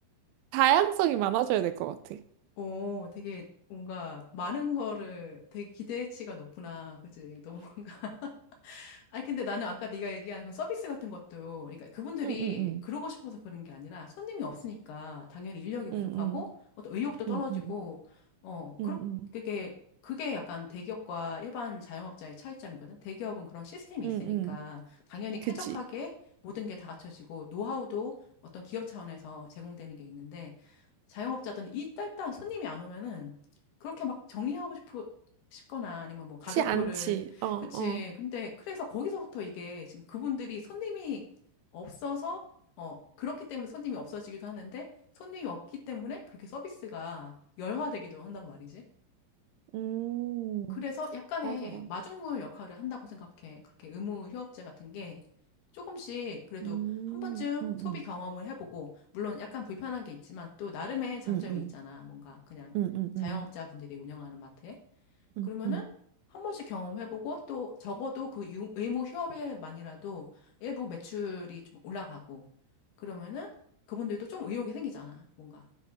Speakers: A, on the right (about 85°); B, on the left (about 65°).
A: 다양성이 많아져야 될 것 같아.
B: 오, 되게 뭔가 많은 거를 되게 기대치가 높구나. 그치? <laughs> 너무 뭔가 아니 근데 나는 아까 네가 얘기한 그 서비스 같은 것도 그러니까 그분들이
A: 응응응
B: 그러고 싶어서 그런 게 아니라 손님이 없으니까 당연히 인력이 부족하고
A: 응응
B: 어떤 의욕도 떨어지고
A: 응응
B: 어
A: 응응
B: 그렇게 그게 그게 약간 대기업과 일반 자영업자의 차이점이거든. 대기업은 그런 시스템이
A: 응응
B: 있으니까 당연히
A: 그치.
B: 쾌적하게 모든 게 다 갖춰지고 노하우도 어떤 기업 차원에서 제공되는 게 있는데 자영업자들은 일단 손님이 안 오면은 그렇게 막 정리하고 싶 싶거나 아니면 뭐 가격표를
A: 치 않지. 어 어.
B: 그치. 근데 그래서 거기서부터 이게 지금 그분들이 손님이 없어서 어 그렇기 때문에 손님이 없어지기도 하는데 손님이 없기 때문에 그렇게 서비스가 열화되기도 한단 말이지.
A: 음
B: 그래서 약간의
A: 맞아.
B: 마중물 역할을 한다고 생각해. 그렇게 의무 휴업제 같은 게 조금씩 그래도
A: 음
B: 한 번쯤
A: 응응
B: 소비 경험을 해보고 물론 약간 불편한 게 있지만 또 나름의 장점이
A: 응응
B: 있잖아. 뭔가 그냥
A: 응응응.
B: 자영업자분들이 운영하는 마트에.
A: 응응.
B: 그러면은
A: 음.
B: 한 번씩 경험해보고 또 적어도 그 유- 의무 휴업일만이라도 일부 매출이 좀 올라가고 그러면은 그분들도 좀 의욕이 생기잖아, 뭔가.